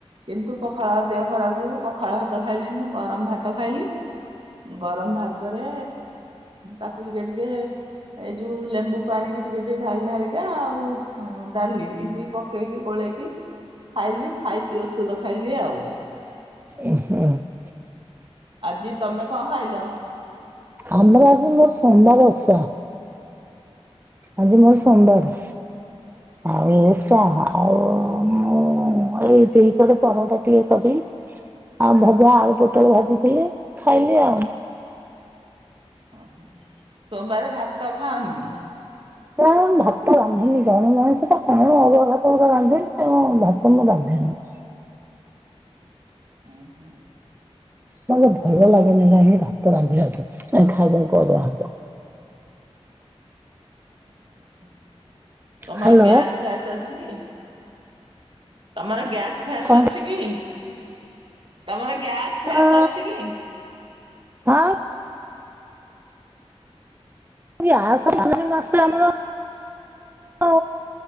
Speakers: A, on the right; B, on the right.
A: କିନ୍ତୁ ପଖାଳ ଦେହ ଖରାପ ଯୋଗୁ ପଖାଳ ଭାତ ଖାଇଲିନି ଗରମ ଭାତ ଖାଇଲି ଗରମ ଭାତରେ ତାକୁ ଟିକେ ଟିକେ ଏଇ ଯୋଉ ଲେମ୍ବୁ ପାଣି ବି ଟିକେ ଟିକେ ଢାଳି ଢାଳିକା ଆଉ ଡାଲି ଏମତି ପକେଇକି ଗୋଳେଇକି ଖାଇଲି ଖାଇକି ଔଷଧ ଖାଇଲି ଆଉ
B: <inaudible>
A: ଆଜି ତମେ କଣ ଖାଇଲ?
B: ଆମର ଆଜି ମୋର ସୋମବାର ଓସା ଆଜି ମୋର ସୋମବାର ଆଉ ଓଷା ଆଉ ମୁଁ ଏଇ ଦିପହରେ ପରଟା ଟିକେ କଲି ଆଉ ଭଜା ଆଳୁ ପୋଟଳ ଭାଜିଥିଲେ ଖାଇଲି ଆଉ
A: ଓହୋ ସୋମବାର ଭାତ ଖାଅନି?
B: <inaudible> ଭାତ ରାନ୍ଧେନି ଜଣେ ମଣିଷ ତ କଣ ଅରୁଆ ଭାତ ଗୁଣରେ କଣ ରାନ୍ଧିବି ତେଣୁ ଭାତ ମୁଁ ରାନ୍ଧେନି।
A: ହଁ ହୁଁ।
B: ମତେ ଭଲ ଲାଗେନି ନା ଭାତ ରାନ୍ଧିବାକୁ ଖାଇବାକୁ ଅରୁଆ ଭାତ।
A: ଓ ହୋ ତମର
B: ହାଲୋ
A: ଗ୍ୟାସ୍ ଗ୍ୟାସ ଅଛି କି ତମର ଗ୍ୟାସ୍ ଫ୍ୟାସ୍
B: କଣ
A: ଅଛି କି? ତମର ଗ୍ୟାସ୍ ଫ୍ୟାସ୍
B: ହଁ
A: ଅଛି କି?
B: ହଁ। ଗ୍ୟାସ୍ ମାସେ ଆମର ଆ